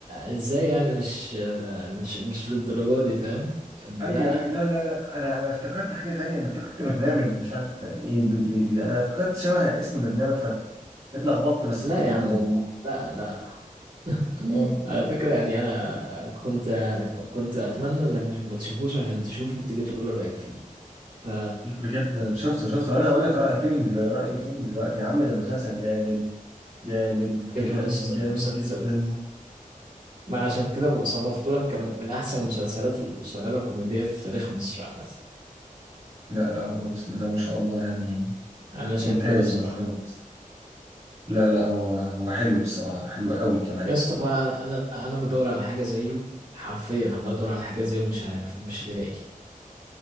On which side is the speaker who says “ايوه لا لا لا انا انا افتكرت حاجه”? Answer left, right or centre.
Right